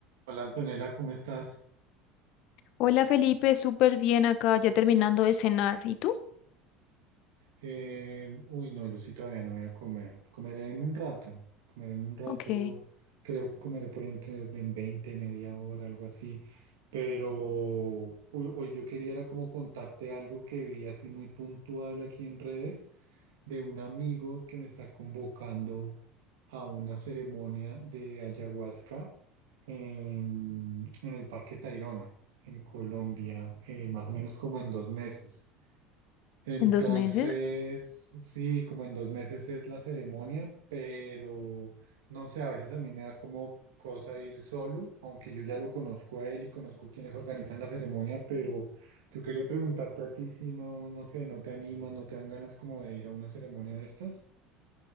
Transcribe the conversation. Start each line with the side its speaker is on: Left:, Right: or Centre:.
Right: Hola Antonella, ¿cómo estás?
Left: Hola Felipe, súper bien acá, ya terminando de cenar. ¿Y tú?
Right: Eh, uy, no, yo sí todavía no voy a comer. Comeré en un rato, comeré en un rato,
Left: Ok, en
Right: creo que comeré por ahí entre en 20 media hora, algo así. Pero hoy, hoy yo quería era como contarte algo que vi así muy puntual aquí en redes de un amigo que me está convocando a una ceremonia de ayahuasca en, en el Parque Tayrona, en Colombia, eh, más o menos como en dos meses. Entonces,
Left: dos meses.
Right: sí, como en dos meses es la ceremonia, pero no sé, a veces a mí me da como cosa ir solo, aunque yo ya lo conozco a él y conozco quienes organizan la ceremonia, pero yo quería preguntarte a ti si no, no sé, no te animas, no te dan ganas como de ir a una ceremonia de estas.